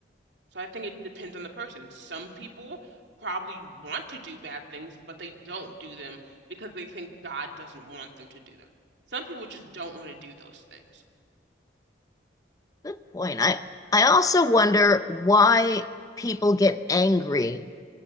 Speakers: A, on the right (about 75°); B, on the left (about 20°).
A: So I think it depends on the person. Some people probably want to do bad things, but they don't do them because they think God doesn't want them to do them. Some people just don't want to do those things.
B: Good point. I I also wonder why people get angry,